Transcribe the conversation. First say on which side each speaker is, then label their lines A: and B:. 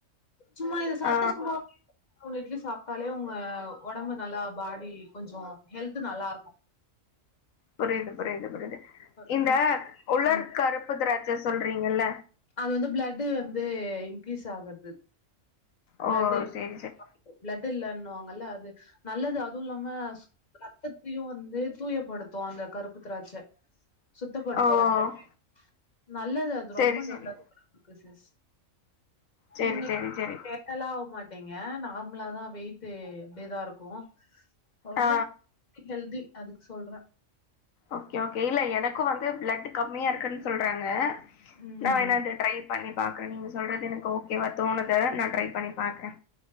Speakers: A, on the left; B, on the left.
A: சும்மா இத சாப்டு
B: ஆ
A: சும்மா ஒரு இட்லீ சாப்ட்டாலே உங்க ஒடம்பு நல்லா பாடி கொஞ்சோ ஹெல்து நல்லா இருக்கு
B: புரியுது புரியுது புரியுது இந்த
A: நமக்கு
B: உலர் கருப்பு திராட்ச சொ ல்றீங்கல்ல
A: அது வந்து பிளட் வந்து இன்கிரீஸ் ஆகுறது ப்ளட்டு
B: ஓ
A: <inaudible>
B: சேரி சேரி
A: ப்ளட் இல்லன்ன லுவாங்கல்ல அது நல்லது அதுவு இல்லாம ரத்தத்தையு வந்து தூயப்படுத்து அந்த கருப்பு திராட்ச சுத்தப்படுத்து
B: ஓ
A: ரத்தத்தயு நல்லது அது
B: சேரி
A: ரொம்ப
B: சேரி
A: நல் க்குசிஸ்
B: சேரி
A: நீங்க <inaudible>
B: சேரி சேரி
A: கேட்டலாவ் மட் ப்பீங்க நார்மலா தா வெயிட் இப்டியேதா இருக்கு சொல்றே
B: ஆ
A: ஹெல்தி அதுக்கு சொல்றே
B: ஓகே ஓகே இல்ல எனக்கு வந்து பிளட் கம்மியா இருக்குன்னு சொல்றாங்க
A: ம்
B: நா வேணா அது ட்ரை பண்ணி பாக்குறே நீங்க சொல்றது எனக்கு ஓ கேவா தோணுது நா ட்ரை பண்ணி பாக்குறே